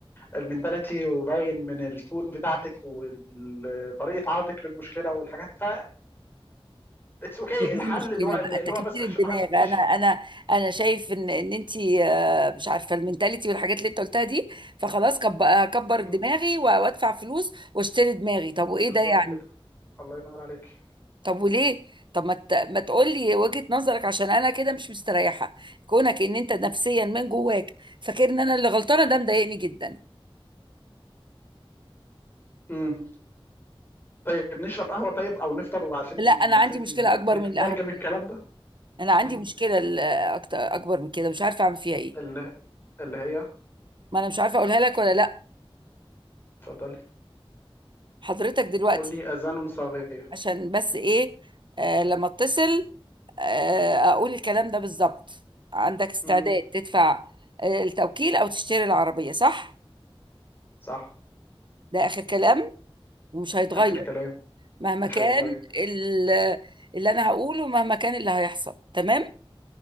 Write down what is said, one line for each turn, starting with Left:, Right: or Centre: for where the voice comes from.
Left: المنتاليتي وباين من التون بتاعتك وطريقه عرضك للمشكله والحاجات ف اتس اوكي
Right: دي
Left: الحل
Right: مشكله
Left: اللي هو اللي
Right: بقى تكبير
Left: هو بس عشان
Right: الدماغ
Left: ما حدش
Right: انا
Left: ي-
Right: انا انا شايف ان ان انت آه، مش عارفه المنتاليتي والحاجات اللي انت قلتها دي فخلاص كب- اكبر
Left: مم،
Right: دماغي و- وادفع فلوس واشتري دماغي طب وايه
Left: بالظبط
Right: ده يعني
Left: كده الله ينور عليك
Right: طب وليه طب ما ت... ما تقولي وجهة نظرك عشان انا كده مش مستريحة كونك ان انت نفسيا من جواك فاكر ان انا اللي غلطانة ده مضايقني جدا
Left: مم. طيب نشرب قهوه طيب او نفطر وعشان
Right: لا انا
Left: نبتدي
Right: عندي مشكلة اكبر
Left: نترجم
Right: من القهوة
Left: الكلام ده
Right: انا عندي
Left: مم.
Right: مشكلة ال- أكت- اكبر من كده مش عارفة اعمل فيها ايه
Left: اللي اللي هي
Right: ما انا مش عارفة اقولها لك ولا لا
Left: اتفضلي
Right: حضرتك دلوقتي
Left: كلي اذان صاغيه
Right: عشان بس ايه آه لما اتصل آه اقول الكلام ده بالظبط عندك استعداد
Left: مم.
Right: تدفع آه التوكيل او تشتري العربية صح
Left: صح
Right: ده اخر كلام ومش هيتغير
Left: آخر كلام
Right: مهما
Left: مش
Right: كان
Left: هيتغير
Right: ال- اللي انا هقوله مهما كان اللي هيحصل تمام